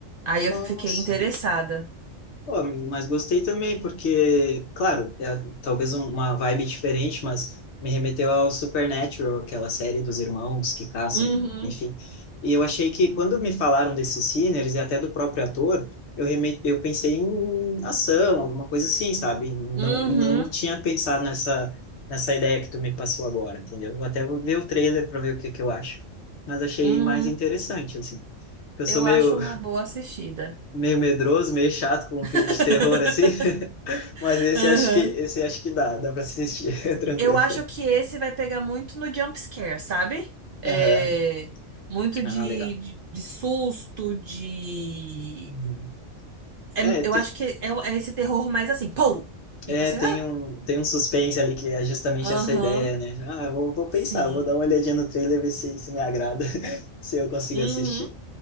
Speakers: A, on the right; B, on the left.
A: Aí
B: Nossa.
A: eu fiquei interessada.
B: Pô, mas gostei também, porque, claro, é talvez um- uma vibe diferente, mas me remeteu ao Supernatural, aquela série dos irmãos que caçam,
A: Uhum,
B: enfim. E eu achei que quando me falaram desses Sinners e até do próprio ator, eu, reme eu pensei em ação, alguma coisa assim, sabe? Não,
A: uhum,
B: não tinha pensado nessa, nessa ideia que tu me passou agora, entendeu? Vou até vou ver o trailer para ver o que que eu acho. Mas achei
A: uhum.
B: mais interessante, assim. Eu sou
A: Eu
B: meio,
A: acho uma boa assistida.
B: meio medroso, meio chato com um
A: <laughs>
B: filme de terror, assim. Mas esse
A: Uhum.
B: acho que esse acho que dá, dá para assistir, <laughs> tranquilo.
A: Eu acho que esse vai pegar muito no jump scare, sabe? É,
B: Aham.
A: muito
B: Ah,
A: de,
B: legal.
A: de, de susto, de.
B: Uhum.
A: é-
B: É, tem,
A: eu acho que é, o- é esse terror mais assim, pô! E
B: é,
A: você,
B: tem
A: ah,
B: um, tem um suspense ali que é justamente
A: aham,
B: essa ideia, né? Ah, eu vou, vou
A: sim.
B: pensar, vou dar uma olhadinha no trailer, ver se, se me agrada, <laughs> se eu consigo
A: Uhum.
B: assistir.